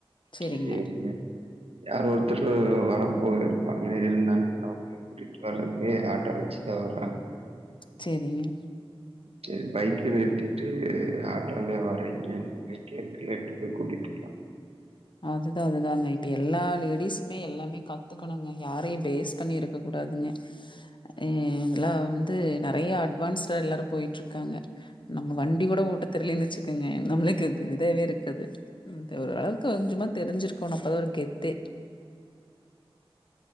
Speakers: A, on the left; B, on the right.
A: செரிங்க
B: சேரி இருங்க யார் ஒருத்தர் சொ வரப்போக இருப்பாங்க இருந்தா அவங்களுக்கு கூட்டிட்டு வர்றதுக்கு ஆட்டோ வச்சுதான் வர்றேன்
A: சேரிங்க
B: சேரி பைக்க நிறுத்திட்டு ஆ ட்டோலே வரேங்க பைக்கே இருக்குல எட்டு போய் கூட்டிட்டுள்ளாம்
A: அதுதான் அதுதாங்க இப்ப எல்லா லேடிஸுமே எல்லாமே கத்துக்கணுங்க யாரையும் பேஸ் பண்ணி இருக் இருக்க கூடாதுங்க எ ஏன்ட்லாம் வந்து நறையா அட்வான்ஸ்டா எல்லாரும் போய்ட்டு இருக்காங்க நம்ம வண்டி கூட ஓட்ட தெர்லேனு வச்சுக்கேங்க நம்மளுக்கு இது இதேவே இருக்காது இந்த ஒரு அளவு கொஞ்சமா தெரிஞ்சிருக்கணும் அப்பதான் ஒரு கெத்தே